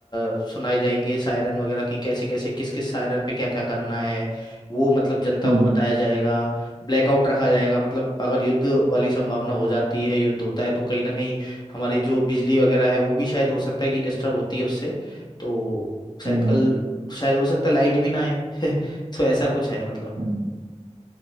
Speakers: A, on the left; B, on the right.
A: अ, सुनाए जाएंगे शायरन वगैरह की कैसे कैसे किस किस शायरन पे क्या क्या करना है वो मतलब जनता
B: हम्म
A: को बताया जाएगा ब्लैकआउट रखा जाएगा मतलब अगर युद्ध वाली संभावना हो जाती है युद्ध होता है तो कहीं ना कहीं हमारी जो बिजली वगैरह है वो भी शायद हो सकता है कि डिस्टर्ब होती है उससे तो शायद
B: हम्म
A: कल
B: हम्म
A: शायद हो सकता है लाइट भी ना आए <laughs> तो ऐसा कुछ है मतलब
B: हम्म।